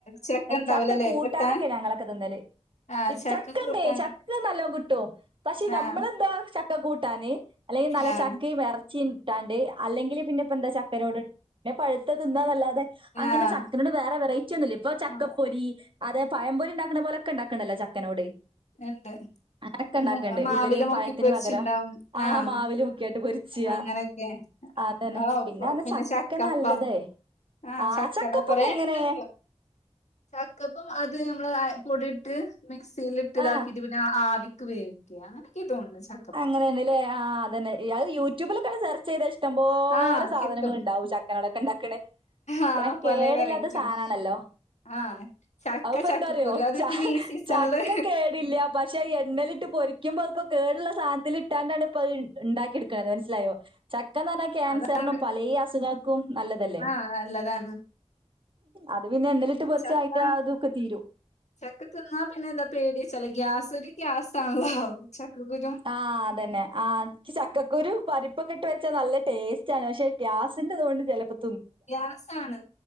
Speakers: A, on the left (about 80°); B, on the right (about 50°).
A: ചക്ക ഇണ്ടാവൂലല്ലേ
B: ചക്കക്കൂട്ടാ
A: കിട്ടാൻ
B: നൊക്കെ ഞങ്ങളൊക്കെ തിന്നല്
A: ആഹ് ചക്ക
B: ചക്കണ്ട്
A: കൂട്ടാന്
B: ചക്ക നല്ലോ കിട്ടും പക്ഷെ നമ്മള്
A: ആഹ്
B: ന്താ ചക്ക കൂട്ടാന് അല്ലെങ്കിൽ നല്ല
A: ആഹ്
B: ചക്കയും ഇറച്ചിട്ടാണ്ട് അല്ലെങ്കിൽ പിന്നെ ഇപ്പ എന്താ ച ക്കനോട് പിന്നെ പഴുത്തത് തിന്നാന്നല്ലാതെ അങ്ങനെ
A: ആഹ്
B: ചക്കനോട് വേറെ വെറൈറ്റി ഒന്നുമല്ല ഇപ്പൊ ചക്കപ്പൊരി
A: ആഹ്
B: അതെ പഴം പൊരി ഉണ്ടാക്കുന്ന പോലെ ണ്ടാക്കണല്ലോ ചക്കനോട്
A: എണ്ട്
B: അങ്ങനൊക്കെ
A: <unintelligible>
B: ഉണ്ടാക്കണ്ട്
A: മാവില്
B: ഉള്ളില്
A: മുക്കി
B: പഴത്തിന്
A: പൊരിച്ചുണ്ടാവും
B: പകരം ആ
A: ആഹ്
B: മാവില് മുക്കിയായിട്ട് പൊരിച്ച്യ
A: അങ്ങനെയൊക്കെ
B: അതന്നെ
A: ആ അപ്പ്
B: പറഞ്ഞ
A: പിന്നെ
B: ചക്ക
A: ചക്കപ്പം
B: നല്ലതേ
A: ആഹ്
B: ആ
A: ചക്കട
B: ചക്കപ്പൊക്കെ
A: കൊറേ
B: എങ്ങനെ
A: ഉണ്ട് ഇപ്പോ ചക്കപ്പം അത് നമ്മെ പൊടിയിട്ട് മിക്സിൽ ഇട്ട് ഇതാക്കിട്ട്
B: ആഹ്
A: പിന്നെ ആവിക്ക് വേവിക്ക അങ്ങനെക്ക തോന്നുന്നു ചക്കപ്പം
B: അങ്ങനെന്നല്ലേ ആഹ് അതന്നെ അയാത് യൂട്യൂബിലൊക്കെ സെർച്ച് ചെയ്താ ഇഷ്ടംപോലെ
A: ആഹ്
B: സാധനങ്ങൾ
A: കിട്ടും
B: ഉണ്ടാവും <unintelligible> ഉണ്ടാക്കണ
A: ആഹ്
B: പിന്നെ
A: പലേ
B: കേടില്ലാത്ത
A: വെറൈറ്റിയാണ്
B: സാധനമാണല്ലോ
A: ആഹ് ചക്ക
B: അതിപ്പൊ
A: ചക്കക്കുരു
B: എന്താറിയോ
A: അത്
B: ച
A: പിന്നെ ഈ സീസണില്
B: ചക്ക കേടില്ല പക്ഷെ എണ്ണലിട്ട് പൊരിക്കുമ്പോ ഇപ്പൊ കേടുള്ള സാധനത്തിൽ ഇട്ടാണ്ടാണ് ഇപ്പൊ ഉണ്ടാക്കിയെടുക്കണത് മനസ്സിലായോ ചക്കന്ന് പറഞ്ഞാൽ ക്യാൻസറിനും
A: അതാണ്
B: പലേ അസുഖൾക്കും നല്ലതല്ലേ
A: ആഹ് നല്ലതാണ്
B: അത് പിന്നെ എണ്ണലിട്ട് പൊരിച്ചാ
A: ചക്ക
B: അതൊക്കെ തീരും
A: ചക്ക തിന്നാ പിന്നെ എന്താ പേടിയച്ചാൽ ഗ്യാസരും ഗ്യാസാവും ചക്ക കുരും
B: ആ അതന്നെ ആ ചക്കക്കുരു പപ്പ- ഉപ്പൊകെയിട്ട് വെച്ചാൽ നല്ല ടേസ്റ്റ് ആണ് പക്ഷേ ഗ്യാസിന്റെതുകൊണ്ട് ചിലപ്പോ
A: ഗ്യാസാണ്